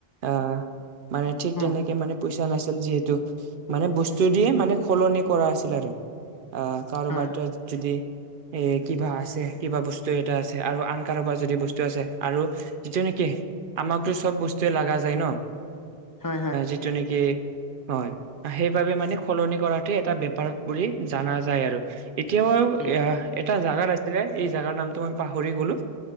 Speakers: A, on the right; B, on the left.
A: অ', মানে ঠিক
B: হুম
A: তেনেকে মানে পইচা নাছিল যিহেতু মানে বস্তু দিয়ে মানে সলনি কৰা আছিল আৰু আহ। কাৰোবাৰ
B: হয়
A: যদি এ কিবা আছে কিবা বস্তু এটা আছে আৰু আন কাৰোবাৰ যদি বস্তু আছে আৰু যিটো নেকি আমাকতো চব বস্তুৱে লগা যায় ন
B: হয় হয়
A: যিটো নেকি হয় সেইবাবে মানে সলনি কৰাটো এটা বেপাৰ বুলি জানা যায় আৰু। এতিয়া বাৰু
B: উম
A: এ এটা জাগাত আছিলে এই জাগাৰ নামটো মই পাহৰি গলো।